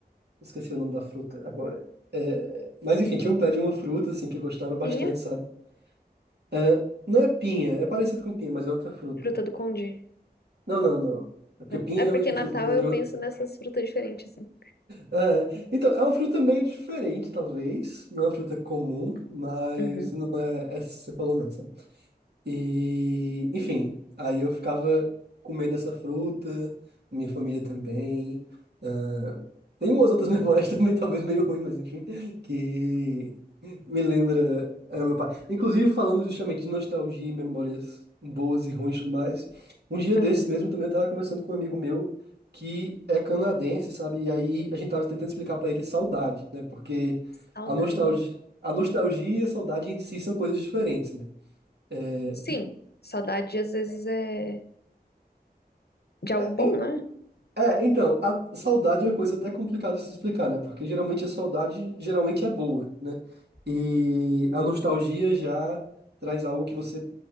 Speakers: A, on the right (about 75°); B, on the left (about 70°).
A: Esqueci o nome da fruta agora. É, mas enfim, tinha um pé de uma fruta, assim, que eu gostava bastante,
B: Pinha,
A: sabe? É, não é pinha, é parecido com pinha, mas é outra fruta.
B: fruta do congee.
A: Não, não, não. É porque
B: Não?
A: pinha
B: É porque
A: e
B: Natal
A: fruta do pão
B: eu
A: de ouro.
B: penso
A: <laughs>
B: nessas frutas diferentes, assim.
A: É, então, é uma fruta meio diferente, talvez. Não é uma fruta comum, mas
B: Uhum,
A: né, essa que você falou não, e, enfim, aí eu ficava comendo essa fruta, minha família também. ah, tem umas outras memórias <laughs> também, talvez meio ruim, mas enfim, que me lembra ah, meu pai. Inclusive, falando justamente de nostalgia e memórias boas e ruins e tudo mais, um dia desses
B: uhum.
A: mesmo também eu tava conversando com um amigo meu que é canadense, sabe? E aí a gente tava tentando explicar pra ele saudade, né? Porque
B: Saudade.
A: a nostalgia, a nostalgia e a saudade em si são coisas diferentes, né? É,
B: Sim, saudade às vezes é de algo
A: É,
B: bom,
A: e-
B: né?
A: é, então, a saudade é uma coisa até complicada de se explicar, né? Porque geralmente a saudade geralmente é boa, né? E a nostalgia já traz algo que você